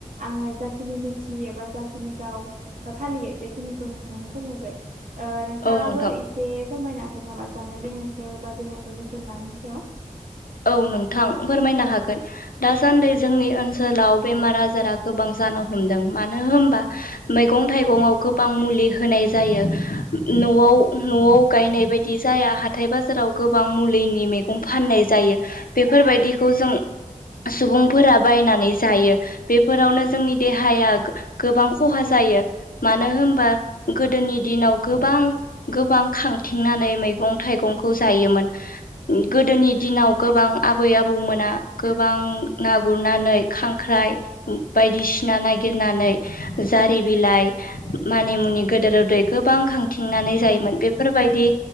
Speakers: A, on the right (about 70°); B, on the left (about 85°).
A: आङो जाखिनि मिथियो एबा जाखिनि गाव फालियो बेखिनिखौ नोंथांनो फोरमायबाय ओ नोंथाङाबो
B: औ नोंथां
A: एसे फोरमायनो हागोन नामा जानाय लोंनाय सायाव एबा देहाखौ जोथोन लानायनि सायाव
B: औ नोंथां फोरमायनो हागोन दासान्दि जोंनि ओनसोलाव बेमार आजारा गोबां जानो हमदों मानो होमबा मैगं थाइगंआव गोबां मुलि होनाय जायो न'आव न'आव गायनाय बायदि जाया हाथाय बाजाराव गोबां मुलिनि मेगं फाननाय जायो बेफोरबायदिखौ जों सुबुंफोरा बायनानै जायो बेफोरावनो जोंनि देहाया गोबां खहा जा जायो मानो होनबा गोदोनि दिनाव गोबां गोबां खांथिंनानै मैगं मैगं थाइगंखौ जायोमोन। गोदोनि दिनाव गोबां आबै आबौमोना गोबां ना गुरनानै खांख्राइ बायदिसिना नागिरनानै जारि बिलाइ मानि मुनि गोदेर गोबां खांथिंनानै जायोमोन बेफोरबायदि